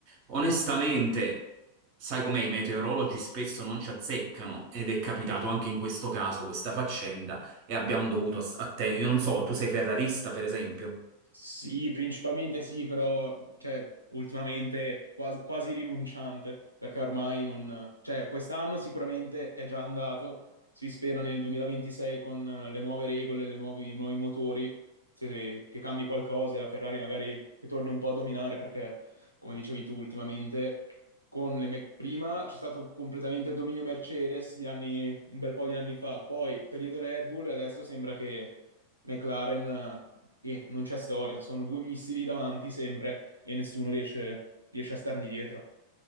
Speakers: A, on the right; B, on the right.
A: Onestamente, sai com'è, i meteorologi spesso non ci azzeccano ed è capitato anche in questo caso questa faccenda e abbiamo dovuto ass- attendere. Io non so, tu sei ferrarista, per esempio.
B: Sì, principalmente sì, però cioè, ultimamente quasi, quasi rinunciante, perché ormai non... Cioè, quest'anno sicuramente è già andato, si spera nel 2026 con eh, le nuove regole, le nuovi, i nuovi motori, se- che cambi qualcosa e la Ferrari magari che torni un po' a dominare, perché come dicevi tu ultimamente, con le me- prima c'è stato completamente il dominio Mercedes gli anni- un bel po' di anni fa, poi periodo Red Bull e adesso sembra che... McLaren e non c'è storia, sono due missili davanti sempre e nessuno riesce, riesce a stargli dietro.